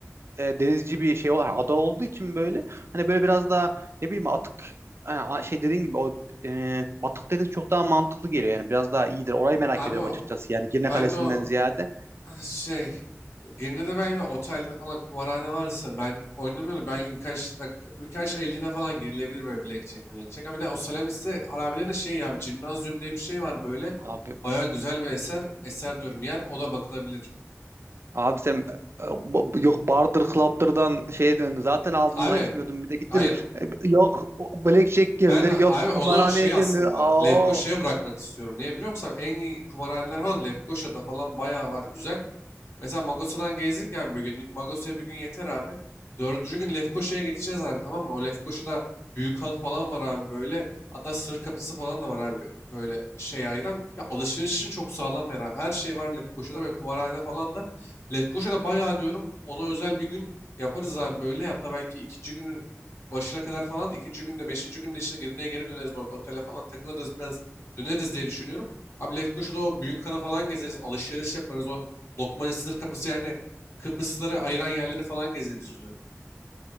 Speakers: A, on the right; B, on the left.
A: e, denizci bir şey olarak ada olduğu için böyle hani böyle biraz daha ne bileyim atık yani a- şey dediğin gibi o e, Batık Deniz çok daha mantıklı geliyor yani biraz daha iyidir. Orayı merak
B: abi
A: ediyorum açıkçası
B: o,
A: yani Girne
B: ben
A: Kalesi'nden
B: de o
A: ziyade.
B: Şey, gene de belki otelde falan kumarhane varsa ben oynamıyorum. Belki birkaç dakika, birkaç elline falan girilebilir böyle blackjack, blackjack. Ama bir de o Salamis'te harabelerine şey ya, Cimnazyum diye bir şey var böyle.
A: Abi
B: Baya güzel bir eser, eser diyorum yer, o da bakılabilir.
A: Abi sen e, ba- yok bardır klaptırdan şeye döndün. Zaten ağzından
B: Abi,
A: açmıyordun. Bir de gittin
B: hayır.
A: e, yok blackjack girilir,
B: Ben abi
A: yok
B: onu
A: kumarhaneye
B: şey
A: girilir.
B: aslında
A: Aa.
B: Lefkoşa'ya bırakmak istiyorum. Niye biliyor musun? abi? En iyi kumarhaneler falan Lefkoşa'da falan bayağı var güzel. Mesela Magosa'dan gezdik ya bir günlük. Magosa'ya bir gün yeter abi. Dördüncü gün Lefkoşa'ya geçeceğiz abi tamam mı? O Lefkoşa'da büyük han falan var abi böyle. Hatta sır kapısı falan da var abi. Böyle şey ayıran. Ya alışveriş için çok sağlam bir yer abi. Her şey var Lefkoşa'da ve kumarhane falan da. Lefkoşa'da bayağı diyorum ona özel bir gün yaparız abi böyle. Hatta belki ikinci günün başına kadar falan. ikinci günde, beşinci günde işte geriye geri döneriz orada. Otele falan takılırız biraz döneriz diye düşünüyorum. Abi Lefkoşa'da o büyük Büyükhan'a falan gezeriz. Alışveriş yaparız. O Lokmaca sınır kapısı yani Kıbrısları ayıran yerleri falan gezeriz diyorum.